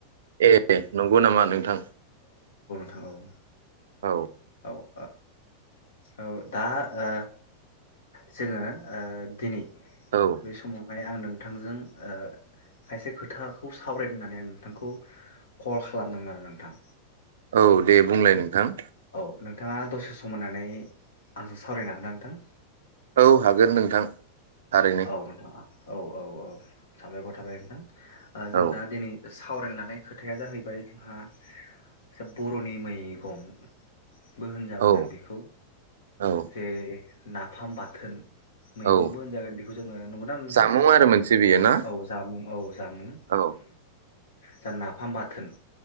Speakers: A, on the right; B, on the left.
A: ए नंगौ नामा नोंथां?
B: थां औ।
A: औ।
B: औ औ दा ओ जोङो ओ दिनै
A: औ
B: बे समावहाय आं नों थांजों ओ खायसे खोथाखौ सावरायनो होननानै आं नोंथांखौ कल खालामदोंमोन आरो नोंथां।
A: औ दे बुंलाय नोंथां।
B: औ नोंथांङा दसे सम होनानै आंजों सावरायनो हागोन ना नोंथां?
A: औ हागोन नोंथां। थारैनो
B: औ नोंथांङा औ औ औ। साबायखर थाबाय नोंथा। ओ जों
A: औ
B: दा दिनै गोसो थावरायनो लानाय खोथाया जाहैबाय जोंहा सोब बर'नि मैगं। बो होनजागोन
A: औ
B: जों बिखौ
A: औ
B: जे नाफाम बाथोन। मैगंबो
A: औ
B: होनजागोन। बेखौ जोंङो नंगौना नोंथां
A: जामुं आरो मोनसे बेयो ना
B: औ जामुं औ जामुं
A: औ
B: जा नाफाम बाथोन।